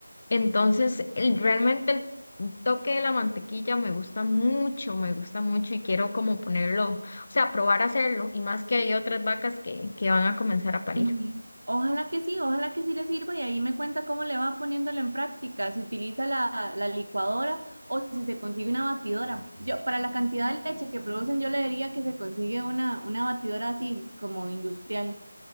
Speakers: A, on the left; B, on the right.
A: Entonces, el- realmente el toque de la mantequilla me gusta mucho, me gusta mucho y quiero como ponerlo, o sea, probar a hacerlo y más que hay otras vacas que, que van a comenzar a parir.
B: Ujú. Ojalá que sí, ojalá que sí le sirva y ahí me cuenta cómo le va poniéndolo en práctica, si utiliza la, la licuadora o si se consigue una batidora. Yo, para la cantidad de leche que producen, yo le diría que se consigue una, una batidora así como industrial.